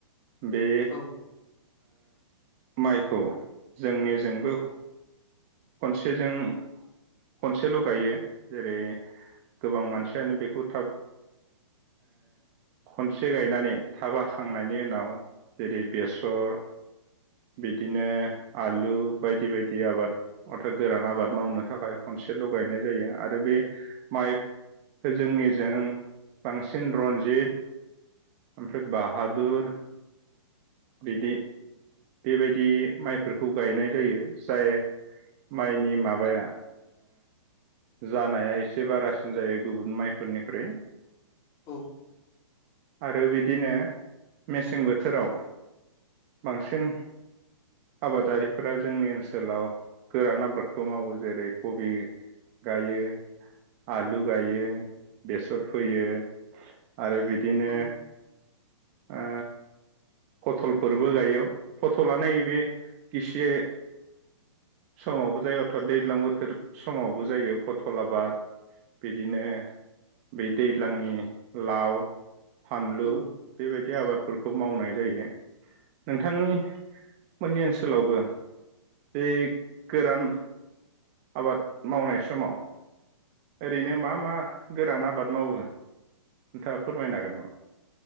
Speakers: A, on the right; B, on the left.
A: बे
B: औ
A: माइखौ जोंनिजोंबो खनसेजों खनसेल' गायो जेरै गोबां मानसियानो बेखौ थाब खनसे गायनानै थाब हाखांनायनि उनाव जेरै बेसर बिदिनो आलु बायदि बायदि बिदि आबाद अर्था गोरान आबाद मावनो थाखाय खनसेल' गायनाय जायो आरो बे माइ जोंनिजों बांसिन रन्जित ओमफ्राय बाहादुर बिदि बेबायदि माइफोरखौ गायनाय जायो जाय माइनि माबाया जानाया एसे बारासिन जायो गुबुन माइफोरनिख्रुइ
B: औ
A: आरो बिदिनो मेसें बोथोराव बांसिन आबादारिफोरा जोंनि ओनसोलाव गोरान आबादखौ मावो जेरै कबि गायो आलु गायो बेसर फोयो आरो बिदिनो
B: औ
A: ओ फटलफोरबो गायो फटला नैबे गिसि समावबो जायो अर्थात दैज्लां बोथोर समावबो जायो फथल आबाद बिदिनो बि दैज्लांनि लाव फानलु
B: औ
A: बेबायदि आबादफोरखौ खौ मावनाय जायो नोंथांनि मोननि ओनसोलावबो बे गोरान आबाद मावनाय समाव ओरैनो मा मा गोरान आबाद मावो नोंथाङा फोरमायनो हागोन नामा